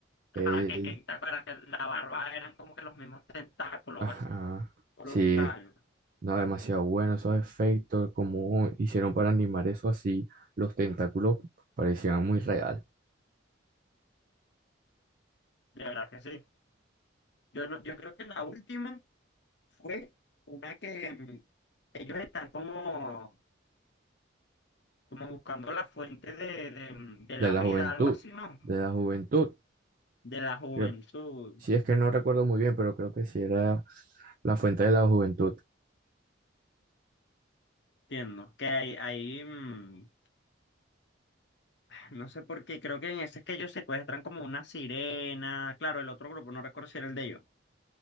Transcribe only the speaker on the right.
El,
ajá,
sí, no, demasiado bueno esos efectos, como hicieron para animar eso así, los tentáculos parecían muy real.
De
la
juventud,
de la juventud,
creo, sí es que no recuerdo muy bien, pero creo que sí era la fuente de la juventud.